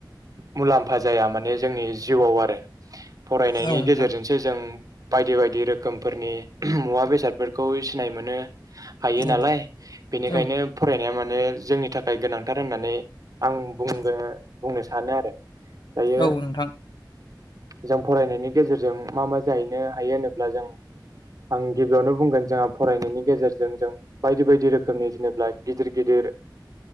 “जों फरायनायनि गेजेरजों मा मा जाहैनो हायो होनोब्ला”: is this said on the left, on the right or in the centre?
Right